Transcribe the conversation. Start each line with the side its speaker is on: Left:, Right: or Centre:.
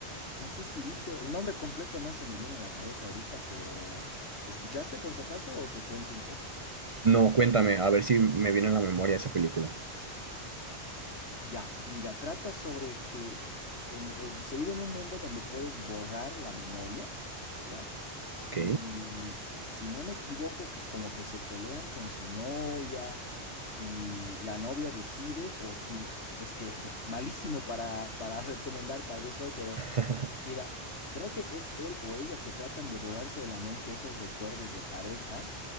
Left: no sé si viste, el nombre completo no se me viene a la cabeza ahorita, pero ¿escuchaste por si acaso o te cuento un poco?
Right: No, cuéntame, a ver si me viene a la memoria esa película.
Left: Ya, mira, trata sobre que en- eh, se vive en un mundo donde puedes borrar la memoria, ¿ya?
Right: Ok,
Left: Y si no me equivoco, que como que se pelean con su novia y la novia decide, o si, es que, <laughs> bueno, malísimo para, para recomendar tal vez hoy, pero
Right: <laughs>
Left: Mira, creo que es él o ella que tratan de borrarse de la mente esos recuerdos de pareja.